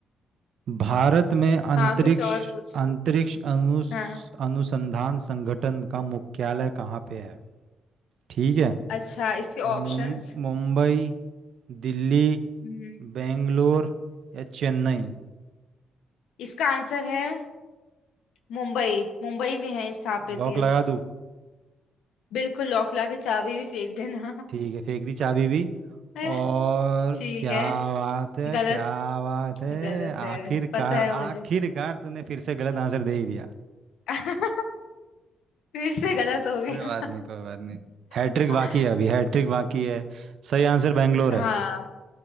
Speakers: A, on the right; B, on the left.
A: भारत में अंतरिक्ष
B: हाँ कुछ और पूछ
A: अंतरिक्ष अनुस
B: हाँ
A: अनुसंधान संगठन का मुख्यालय कहाँ पे है ठीक है
B: अच्छा इसके ऑप्शंस
A: मुम- मुंबई दिल्ली
B: हम्म,
A: बेंगलोर या चेन्नई
B: इसका आंसर है मुंबई मुंबई में है स्थापित
A: लॉक
B: ये
A: लगा दूं
B: बिल्कुल लॉक ला के चाबी भी फेंक देना
A: ठीक
B: <laughs>
A: है फेंक दी चाबी भी
B: है?
A: और
B: ठीक
A: क्या
B: है
A: बात है
B: गलत
A: क्या बात है
B: गलत है
A: आखिरकार
B: पता है मुझे
A: आखिरकार तूने फिर से गलत आंसर दे ही दिया
B: <laughs> फिर से गलत हो गया
A: कोई बात नहीं कोई बात नहीं हैट्रिक
B: <laughs>
A: बाकी है अभी हैट्रिक बाकी है सही आंसर बैंगलोर
B: हाँ
A: है